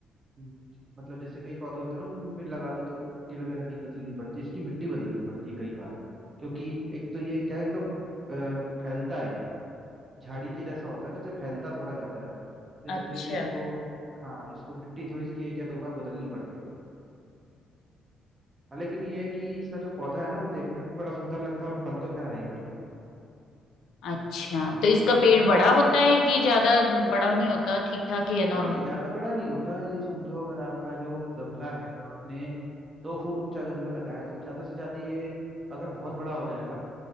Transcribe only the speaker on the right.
हम्म, मतलब जैसे कई पौधे होते हैं ना उनमें लगा दो तो उनमें मिट्टी वगैरह नहीं बदलनी पड़ती इसकी मिट्टी बदलनी पड़ती है कई बार क्योंकि एक तो ये क्या है एकदम अ, फैलता है ये झाड़ी के जैसा होता है ना तो फैलता थोड़ा ज्यादा है तो इस
वजह से इसको हाँ इसको मिट्टी थोड़ी इसकी एक या दो बार बदलनी पड़ती है हाँ, लेकिन ये है कि इसका जो पौधा है ना वो देखने में भी बड़ा सुंदर लगता है और फल तो खैर है ही बढ़िया
नहीं नहीं ज्यादा बड़ा नहीं होता ये समझो अगर आपका जो गमला है आपने दो फुट ऊंचा गमला लगाया है, तो ज्यादा से ज्यादा ये अगर बहुत बड़ा हो जाएगा